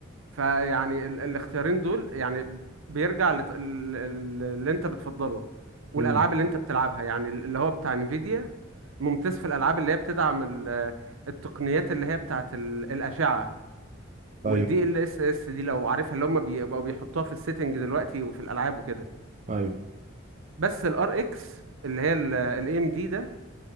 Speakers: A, on the right; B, on the right.
A: فيعني ال الاختيارين دول يعني ب- بيرجع لت- ال- ال- اللي انت بتفضله والالعاب
B: امم
A: اللي انت بتلعبها يعني ال- اللي هو بتاع انفيديا ممتاز في الالعاب اللي هي بتدعم ال- التقنيات اللي هي بتاعت ال- الاشعه والدي
B: ايوه
A: ال اس اس دي لو عارفها اللي هم بيبقوا بيحطوها في السيتنج دلوقتي وفي الالعاب وكده
B: ايوه
A: بس الار اكس اللي هي الاي ام دي ده